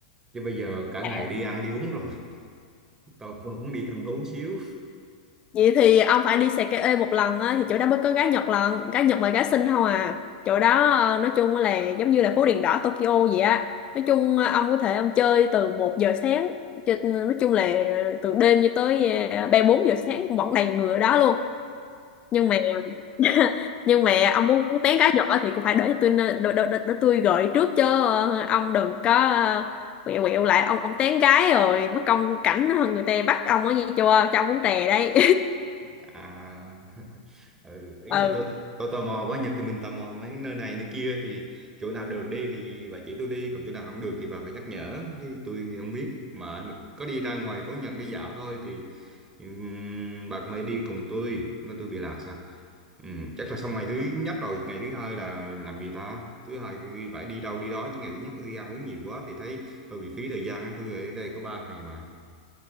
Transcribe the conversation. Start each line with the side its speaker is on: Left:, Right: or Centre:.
Right: chứ bây giờ cả ngày
Left: Ừ.
Right: đi ăn đi uống rồi <laughs> tôi cũng muốn đi thăm thú xíu
Left: Vậy thì ông phải đi Sake một lần á thì chỗ đó mới có gái Nhật lần, gái Nhật và gái Sinh không à. Chỗ đó ờ, nói chung là giống như là phố đèn đỏ Tokyo vậy á. Nói chung ờ, ông có thể ông chơi từ một giờ sáng cho- nói chung là từ đêm cho tới ờ, 3 4 giờ sáng cũng vẫn đầy người ở đó luôn. Nhưng mà <laughs> nhưng mà ông muốn tán gái Nhật á thì cũng phải để cho tôi để, để, để, để tôi gợi trước chứ ờ, ông đừng có ờ, quẹo quẹo lại ông ông tán gái rồi mất công cảnh người ta bắt ông á nghe chưa cho ông muốn tè đây
Right: à <laughs> ừ, ý
Left: <laughs>
Right: là tôi
Left: ừ
Right: tôi tò mò quá nhật thì mình tò mò mấy nơi này nơi kia thì chỗ nào được đi thì bà chỉ tôi đi còn chỗ nào không được thì bà phải nhắc nhở chứ tôi thì không biết mà có đi ra ngoài phố Nhật đi dạo thôi thì ừm, bà cũng phải đi cùng tôi nó tôi bị lạc sao Ừm, chắc là xong ngày thứ nhất rồi ngày thứ hai là làm gì ta thứ hai phải đi đâu đi đó chứ ngày thứ nhất đi ăn uống nhiều quá thì thấy hơi bị phí thời gian tôi ở đây có ba ngày mà